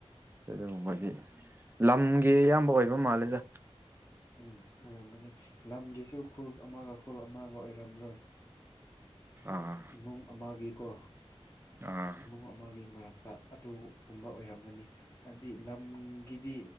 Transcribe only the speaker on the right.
ꯑꯗꯨꯒꯕꯣꯏꯒꯤ ꯂꯝꯒꯤ ꯑꯌꯥꯝꯕ ꯑꯣꯏꯕ ꯃꯥꯜꯂꯦꯗ
ꯑꯥ
ꯑꯥ